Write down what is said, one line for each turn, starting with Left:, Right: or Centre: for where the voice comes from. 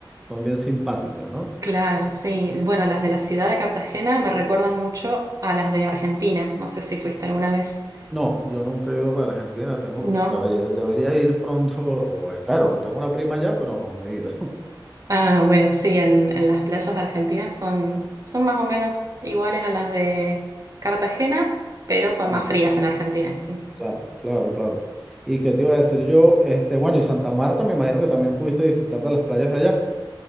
Centre: son bien simpáticas, ¿no?
Right: Claro, sí. Bueno, las de la ciudad de Cartagena me recuerdan mucho a las de Argentina. No sé si fuiste alguna vez,
Centre: No, yo nunca he ido para Argentina, tengo,
Right: ¿no?
Centre: debería, debería ir pronto, o espero, tengo una prima allá, pero no, no he ido. <laughs>
Right: Ah, bueno, sí, en, en las playas de Argentina son, son más o menos iguales a las de Cartagena, pero son
Centre: Ah,
Right: más frías en Argentina, sí.
Centre: claro, claro, claro. ¿Y qué te iba a decir yo? Este, bueno, y Santa Marta, me imagino que también pudiste disfrutar de las playas de allá.